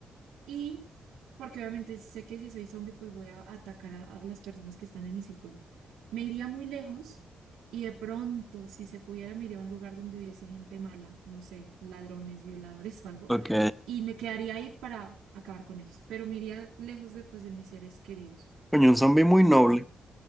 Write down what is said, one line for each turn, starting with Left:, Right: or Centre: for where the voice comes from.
Right: y porque obviamente sé que si soy zombie, pues voy a atacar a, a las personas que están en mi círculo. Me iría muy lejos y de pronto, si se pudiera, me iría a un lugar donde hubiese gente mala, no sé, ladrones, violadores o algo,
Centre: Ok.
Right: y me quedaría ahí para acabar con ellos, pero me iría lejos de, pues, de mis seres queridos,
Centre: Coño, un zombie muy noble.
Right: para nada.